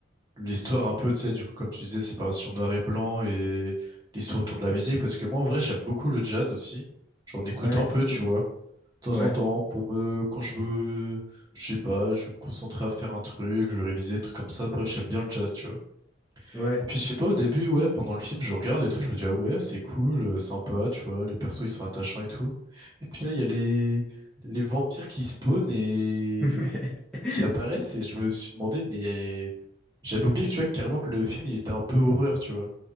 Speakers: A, on the right (about 20°); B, in the centre.
A: l'histoire un peu, tu sais, du coup, comme tu disais, séparation noir et blanc et l'histoire autour de la musique, parce que moi, en vrai, j'aime beaucoup le jazz aussi. J'en écoute
B: Ouais,
A: un peu,
B: c'est cool.
A: tu vois. de
B: Ouais,
A: temps en temps pour me quand je me je sais pas je vais me concentrer à faire un truc je vais réviser des trucs comme ça bref j'aime bien le jazz tu vois
B: ouais.
A: et puis je sais pas au début ouais pendant le film je regarde et tout je me dis ah ouais c'est cool euh, sympa tu vois les persos ils sont attachants et tout et puis là il y a les les vampires qui spawnent et
B: <laughs>
A: qui apparaissent et je me suis demandé mais euh, j'avais oublié tu vois carrément que le film il était un peu horreur tu vois